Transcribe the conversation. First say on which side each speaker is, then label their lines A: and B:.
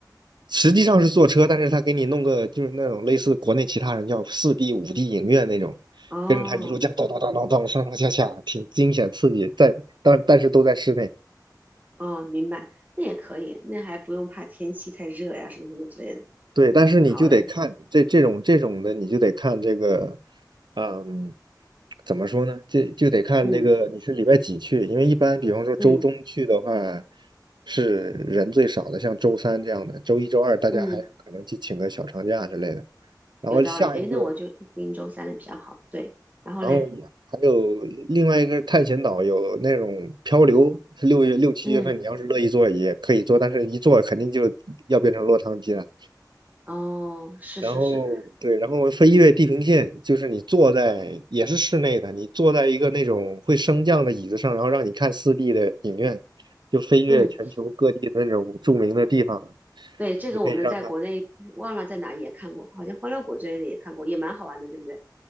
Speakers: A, on the right; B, on the right.
A: 实际上是坐车，但是他给你弄个就是那种类似国内其他人叫四 D、五 D 影院那种，
B: 哦
A: 跟着他一路这样咚咚咚咚咚上上下下，挺惊险刺激，在但但是都在室内。
B: 哦，明白，那也可以，那还不用怕天气太热呀什么什么之类的。
A: 对，但是你就得看这这种这种的，
B: 好嘞，
A: 你就得看这个，嗯，怎么说呢？这就得看那个你是礼拜几去，
B: 嗯
A: 因为一般比方说周中去的话
B: 嗯
A: 是人最少的，像周三这样的，周一周二大家还可能去请个小长假之类的。
B: 嗯。
A: 然后下一个，
B: 有道理。哎，那我就盯周三的比较好。对，然后嘞，
A: 然后也还有另外一个是探险岛有那种漂流，是六月六七月份，
B: 嗯，
A: 你要是乐意做也可以做，但是一做肯定就要变成落汤鸡了。
B: 哦，是是是，
A: 然后对，然后飞越地平线，就是你坐在也是室内的，你坐在一个那种会升降的椅子上，然后让你看四 d 的影院，就飞越全球各地的那种著名的地方，
B: 嗯，对，这个我们在国内忘了在哪里也看过，
A: 你可以让它
B: 好像欢乐谷这类的也看过，也蛮好玩的，对不对？